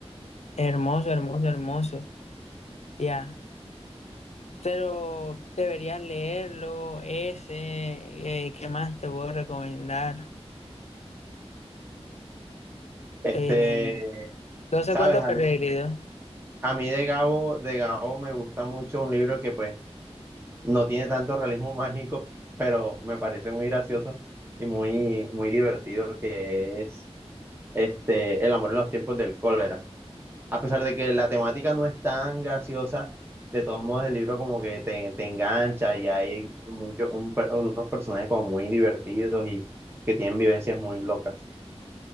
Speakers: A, on the left; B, on the right.
A: Hermoso, hermoso, hermoso. Ya. Pero deberías leerlo, ese, eh, ¿qué más te puedo recomendar?
B: Este,
A: Eh, 12
B: sabes,
A: cuentos
B: a
A: perdidos.
B: mí, a mí de Gabo, de Gabo me gusta mucho un libro que pues no tiene tanto realismo <laughs> mágico, pero me parece muy gracioso y muy, muy divertido, que es este, El amor en los tiempos del cólera. a pesar de que la temática no es tan graciosa, de todos modos el libro como que te, te engancha y hay muchos unos personajes como muy divertidos y que tienen vivencias muy locas.